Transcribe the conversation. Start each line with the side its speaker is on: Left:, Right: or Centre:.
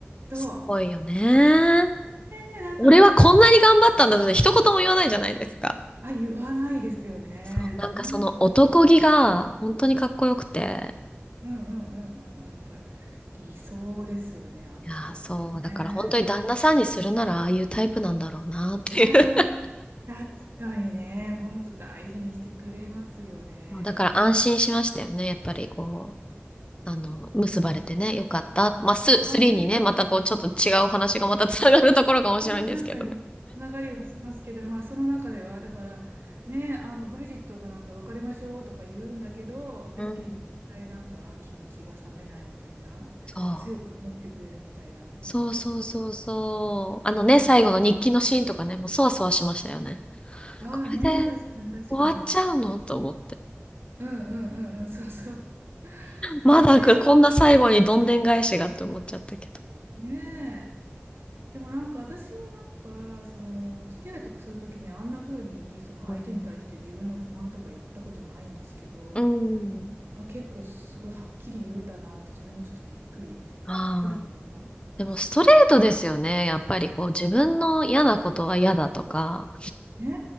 Right: そう。
Left: すごいよね。
Right: ねだから、
Left: 俺はこんなに頑張ったんだって一言も言わないじゃないですか。
Right: あ、言わないですよね。
Left: そう、なんかその男気が本当にかっこよくて。
Right: ほんと。うんうんうんうんうん。やっぱり理想ですよね、あの人はね。
Left: いやー、そう、
Right: ね
Left: だから本当に旦那さんにするならああいうタイプなんだろうなっていう。
Right: ああ、
Left: <laughs>
Right: 確かにね。ほんと大事にしてくれますよね。
Left: だから安心しましたよね。やっぱりこう、あの、結ばれてね、よかった。まあ、ス、3にね、
Right: あ、そうそうそう。
Left: またこうちょっと違うお話がまたつながるところが面白いんですけどね。
Right: あ確かに、つながりはしますけど、まあ、その中では、だから、ね、あの、ブリジットがなんか別れましょうとか言うんだけど、でも結対なんか気持ちが冷めないみたいな、
Left: うん。そう。
Right: 強く思ってくれるみたいな。
Left: そうそうそうそう。
Right: そうそうそうそう。
Left: あのね、最後の日記のシーンとかね、もうそわそわしましたよね。
Right: ああね、
Left: これで
Right: 確かに確かに。
Left: 終わっちゃうのと思って。
Right: うんうんうんうん、そうそう。
Left: まだこんな最後にどんでん返しがって思っちゃったけど
Right: <laughs> ねえ、ねえ。でもなんか私はなんか、その、お付き合いとかするときにあんな風に、その相手に対して自分の不満とか言ったことないんですけど、
Left: うん。ど。うん。
Right: あ、結構すごいはっきり言うんだなって、それにちょっとびっくり、
Left: ああ。
Right: ブリッジがしたかもね。
Left: でもストレートですよね。やっぱりこう自分の嫌なことは嫌だとか。
Right: ねえ、